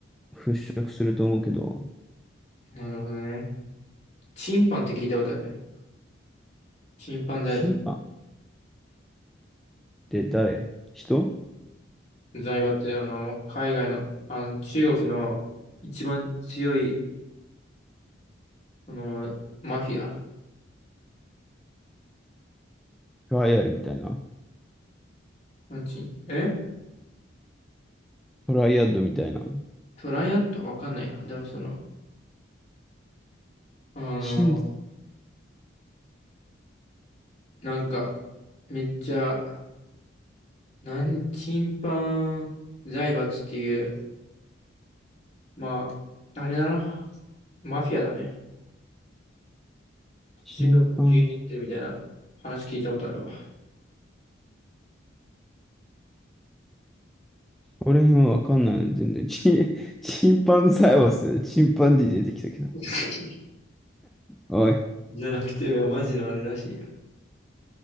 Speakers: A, in the centre; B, on the left.
A: 払拭すると思うけど、
B: なるほどね。チンパンって聞いたことあるチンパン財閥。
A: 審判って誰人
B: 財閥って、あの、海外の、あの、中国の一番強い、その、マフィア
A: トライアルみたいな。
B: のチン、え
A: トライアッドみたいな。
B: トライアットわかんないな。でもその、あの、
A: 審、
B: なんか、めっちゃ、なん、チンパン財閥っていう、まあ、あれだな。マフィアだね。
A: 審判
B: 中国を牛耳ってるみたいな話聞いたことあるわ。
A: これ辺はわかんないの、全然。<laughs> チ、チンパンサイバス、チンパンディ出てきたけど。
B: <laughs>
A: おい、
B: じゃなくて、マジのあれらしいよ。